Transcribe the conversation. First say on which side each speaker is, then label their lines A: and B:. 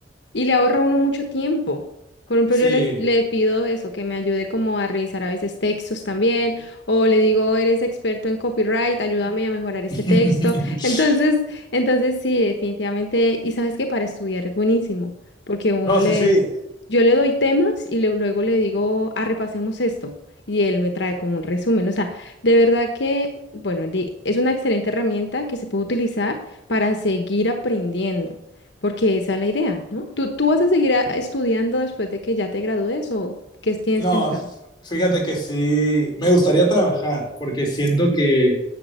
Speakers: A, on the left (about 70°); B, on the left (about 25°).
A: Y le ahorra a uno mucho tiempo. Por ejemplo,
B: sí,
A: yo les, le pido eso, que me ayude como a revisar a veces textos también, o le digo, eres experto en copyright, ayúdame a mejorar este
B: <laughs>
A: texto. <laughs> Entonces, entonces sí, definitivamente, y sabes que para estudiar es buenísimo, porque uno
B: no, sí,
A: le,
B: sí,
A: yo le doy temas y le- luego le digo, ah, repasemos esto, y él me trae como un resumen. O sea, de verdad que, bueno, di- es una excelente herramienta que se puede utilizar para seguir aprendiendo. Porque esa es la idea, ¿no? ¿Tú, tú vas a seguir a- estudiando después de que ya te gradúes o qué tienes
B: no,
A: pensado?
B: fíjate que sí, me gustaría trabajar porque siento que,